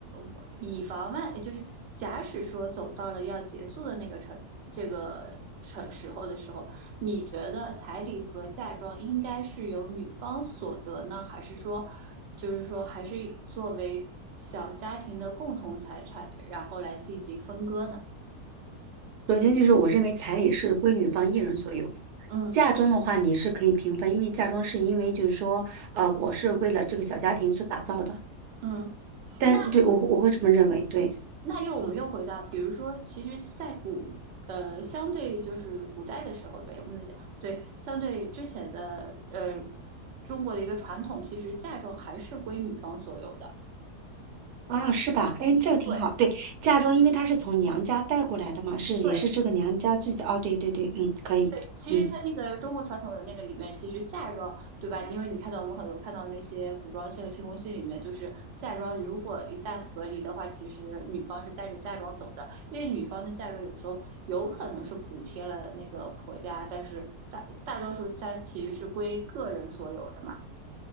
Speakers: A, on the right; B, on the right.
A: 我以防万，就是假使说走到了要结束的那个程这个程时候的时候。你觉得彩礼和嫁妆应该是由女方所得呢，还是说，就是说还是作为小家庭的共同财产，然后来进行分割呢？
B: 首先就是我认为彩礼是归女方一人所有，
A: 嗯
B: 嫁妆的话你是可以平分，因为嫁妆是因为就是说，呃，我是为了这个小家庭所打造的，
A: 嗯，
B: 但对我我会这么认为，
A: 那
B: 对。
A: 那又我们又回到，比如说，其实，在古呃相对就是古代的时候，对，我们能讲对，相对之前的呃中国的一个传统，其实嫁妆还是归女方所有的。
B: 啊，是吧？哎，这个挺好。
A: 对
B: 对，嫁妆因为它是从娘家带过来的嘛，是也是这个娘家自己的。
A: 对
B: 哦，对对对，嗯，可以，
A: 对，其实，
B: 嗯。
A: 在那个中国传统的那个里面，其实嫁妆，对吧？因为你看到我们很多看到那些古装戏和清宫戏里面，就是嫁妆，如果一旦和离的话，其实女方是带着嫁妆走的，因为女方的嫁妆有时候有可能是补贴了那个婆家，但是大大多数家其实是归个人所有的嘛。